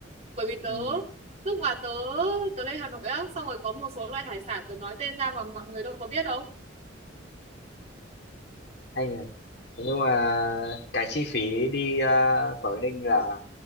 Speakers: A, on the right (about 35°); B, on the left (about 60°).
A: bởi vì tớ
B: Ừm,
A: lúc mà tớ tớ lên Hà Nội á xong rồi có một số loại hải sản tớ nói tên ra mà mọi người đâu có biết đâu
B: hay nhỉ. Thế nhưng mà cái chi phí đi, a, Quảng Ninh là